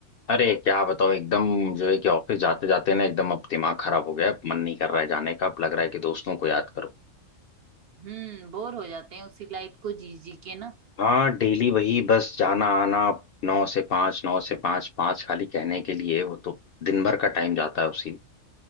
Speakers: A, on the left (about 65°); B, on the right (about 60°).
A: अरे क्या बताओ एकदम जो है कि ऑफिस जाते जाते ना एकदम अब दिमाग खराब हो गया अब मन नहीं कर रहा है जाने का अब लग रहा है कि दोस्तों को याद करो
B: हम्म बोर हो जाते हैं उसी लाइफ को जी जी के ना
A: हाँ डेली वही बस जाना आना नौ से पाँच नौ से पाँच पाँच खाली कहने के लिए वो तो दिन भर का टाइम जाता है उसी में।